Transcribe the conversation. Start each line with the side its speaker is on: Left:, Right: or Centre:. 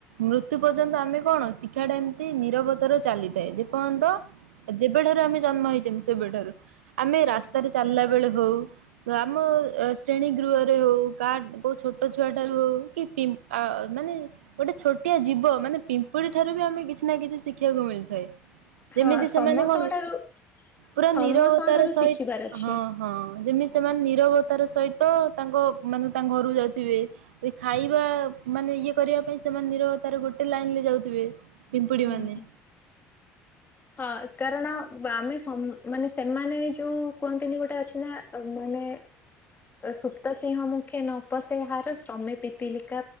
Right: ମୃତ୍ୟୁ ପର୍ଯ୍ୟନ୍ତ ଆମେ କଣ ଶିକ୍ଷାଟା ଏମିତି ନିରବତାରୁ ଚାଲିଥାଏ ଯେ ପର୍ଯ୍ୟନ୍ତ। ଯେବେଠାରୁ ଆମେ ଜନ୍ମ ହେଇଚନ୍ତି ସେବେଠାରୁ। ଆମେ ରାସ୍ତାରେ ଚାଲିଲା ବେଳେ ହଉ ତ ଆମ ଶ୍ରେଣୀ ଗୃହ ହଉ କା କୋଉ ଛୋଟ ଛୁଆଟାରୁ ହଉ କି ପି ଆ ମାନେ ଗୋଟେ ଛୋଟିଆ ଜୀବ ମାନେ ପିମ୍ପୁଡି ଠାରୁବି ଆମେ କିଛିନା କିଛି ଶିଖିବାକୁ ମିଳିଥାଏ।
Left: ହଁ
Right: ଯେମିତି ସେମାନେ
Left: ସମସ୍ତଙ୍କ
Right: କଣ
Left: ଠାରୁ
Right: ପୁରା
Left: ସମସ୍ତଙ୍କ
Right: ନିରବତାର
Left: ଠାରୁ
Right: ସହି
Left: ଶିଖିବାର ଅଛି।
Right: ହଁ। ହଁ ଯେମିତି ସେମାନେ ନିରବତାର ସହିତ ତାଙ୍କ ମାନେ ତାଙ୍କ ଘରୁକୁ ଯାଉଥିବେ। ଏ ଖାଇବା ମାନେ ଇଏ କରିବା ପାଇଁ ସେମାନେ ନିରବ ତାର ଗୋଟେ ଲାଇନରେ ଯାଉଥିବେ। ପିମ୍ପୁଡି
Left: ହୁଁ।
Right: ମାନେ
Left: ହଁ କାରଣ ଆମେ ସ ମାନେ ସେମାନେ ଯୋଉ କୁହନ୍ତିନି ଗୋଟେ ଅଛିନା ମାନେ ସୁପ୍ତ ସିଂହ ମୁଖେ ନପସେ ହାର ଶ୍ରମେ ପି ପିଲିକା